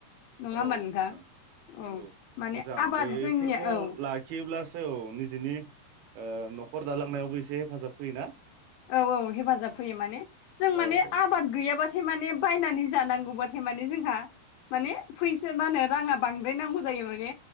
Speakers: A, on the left; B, on the right.
A: नङा
B: औ
A: होमबा
B: नोंथां
A: औ
B: नंगौ
A: माने
B: मोजां
A: आबाद
B: बेफोरखौ
A: जोंनिया औ
B: लाखि खियोब्लासो औ निजिनि न'खर दालांनायावबो एसे हेफाजाब होयोना।
A: औ-औ हेफाजाब होैयो माने जों माने
B: औ
A: आबाद गैयाब्ला माने बायनानै जानांगौबथाय माने जोंहा माने फै रांङा बांद्राय नांगौ जायो माने